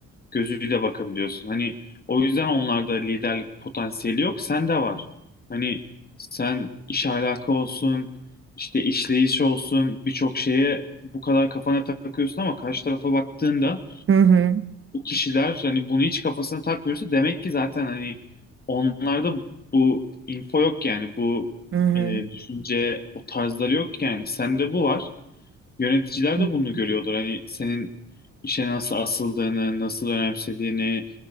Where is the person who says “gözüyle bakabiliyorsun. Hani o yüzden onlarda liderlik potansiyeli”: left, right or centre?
Left